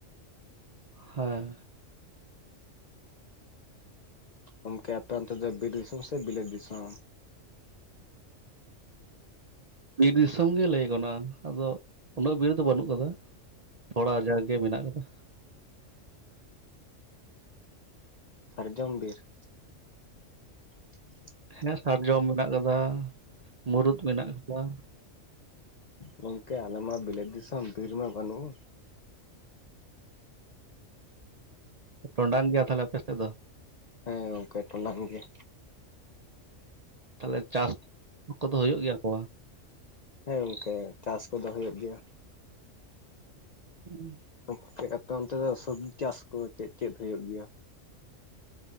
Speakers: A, on the right (about 45°); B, on the left (about 60°).
A: ᱦᱮᱸ᱾
B: ᱜᱚᱝᱠᱮ ᱾ᱚᱱᱛᱮ ᱫᱚ, ᱵᱤᱨ ᱫᱤᱥᱚᱢ ᱥᱮ᱾ ᱵᱤᱞᱮᱛ ᱫᱤᱥᱚᱢ?
A: ᱵᱤᱨ ᱫᱤᱥᱚᱢ ᱜᱮ, ᱞᱟᱹᱭ ᱜᱚᱱᱚᱜᱼᱟ᱾ ᱟᱫᱚ ᱩᱱᱟᱹᱜ ᱵᱤᱨ ᱫᱚ, ᱵᱟᱹᱱᱩᱜᱸ ᱟᱠᱟᱫᱟ᱾ ᱛᱷᱚᱲᱟ ᱡᱟᱠ ᱜᱮ ᱾ᱢᱮᱱᱟ-ᱜ ᱟᱠᱟᱫᱟ᱾
B: ᱥᱟᱨᱡᱚᱢ ᱵᱤᱨ? <inaudible>
A: ᱦᱮᱸ ᱥᱟᱨᱡᱚᱢ ᱢᱮᱱᱟ-ᱜ ᱟᱠᱟᱫᱟ᱾ ᱢᱩᱨᱩᱫᱽ ᱢᱮᱱᱟ-ᱜ ᱟᱠᱟᱫᱟ᱾
B: ᱜᱚᱝᱠᱮ ᱟᱞᱮᱢᱟ ᱾ᱵᱤᱞᱮᱫ ᱫᱤᱥᱚᱢ ᱾ᱵᱤᱨ ᱢᱟ᱾ ᱵᱟᱹᱱᱩᱜ-ᱟ᱾
A: ᱚᱸ ᱴᱚᱺᱰᱟᱝ ᱜᱮᱭᱟ᱾ ᱛᱟᱦᱚᱞᱮ ᱟᱯᱮ ᱥᱮᱫ ᱫᱚ?
B: ᱦᱮᱸ ᱜᱚᱝᱠᱮ᱾ ᱴᱚᱺᱰᱟᱝ ᱜᱮᱭᱟ᱾
A: ᱛᱟᱦᱚᱞᱮ᱾ ᱪᱟᱥ ᱠᱚ-ᱫᱚ ᱦᱩᱭᱩ-ᱜ ᱜᱮᱭᱟ᱾ ᱠᱚ?
B: ᱦᱮᱸ ᱜᱚᱝᱠᱮ ᱾ᱪᱟᱥ ᱠᱚ-ᱫᱚ ᱦᱩᱭᱩ-ᱜ ᱜᱮᱭᱟ᱾
A: ᱦᱮᱸ᱾
B: ᱜᱚᱝᱠᱮ ᱾ᱟᱯᱮ ᱚᱱᱛᱮ ᱫᱚ, ᱥᱚᱵᱽᱡᱤ ᱪᱟᱥ ᱠᱚ, ᱪᱮᱫ - ᱪᱮᱫ ᱦᱩᱭᱩ-ᱜ ᱜᱮᱭᱟ?